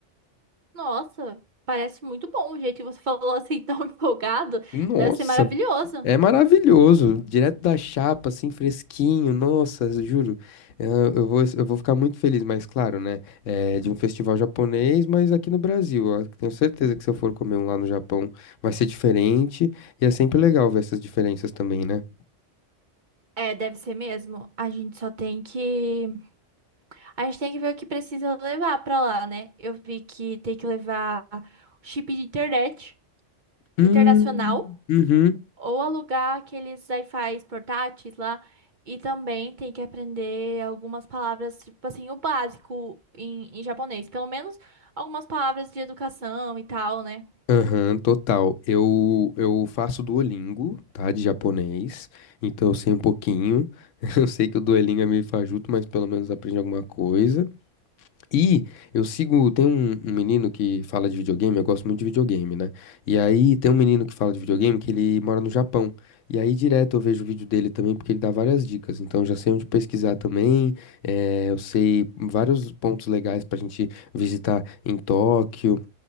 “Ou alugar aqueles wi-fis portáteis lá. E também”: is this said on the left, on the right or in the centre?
Right